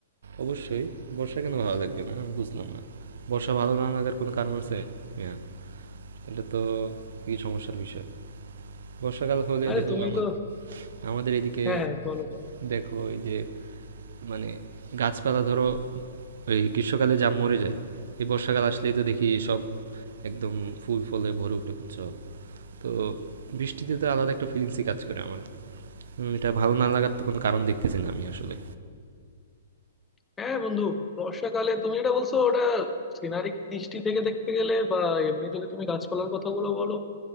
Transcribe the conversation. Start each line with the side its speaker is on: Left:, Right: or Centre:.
Right: অবশ্যই বর্ষা কেন ভালো লাগবে না আমি বুঝলাম না বর্ষা ভালো না লাগার কোনো কারণ আছে হ্যাঁ এটা তো কি সমস্যার বিষয় বর্ষাকাল হলে
Left: আরে
Right: দেখো
Left: তুমি
Right: আমার
Left: তো
Right: আমাদের এদিকে
Left: হ্যাঁ হ্যাঁ বলো বলো
Right: দেখো এই যে মানে গাছপালা ধরো ওই গ্রীষ্মকালে যা মরে যায় এই বর্ষাকাল আসলেই তো দেখি সব একদম ফুল ফলে ভরে উঠে বুঝছো তো বৃষ্টিতে তো আলাদা একটা ফিলিংসই কাজ করে আমার উম, এটা ভালো না লাগার তো কোনো কারণ দেখতেছি না আমি আসলে
Left: হ্যাঁ বন্ধু বর্ষাকালে তুমি যেটা বলছো ওটা সিনারিক দৃষ্টি থেকে দেখতে গেলে বা এমনি যদি তুমি গাছপালার কথাগুলো বলো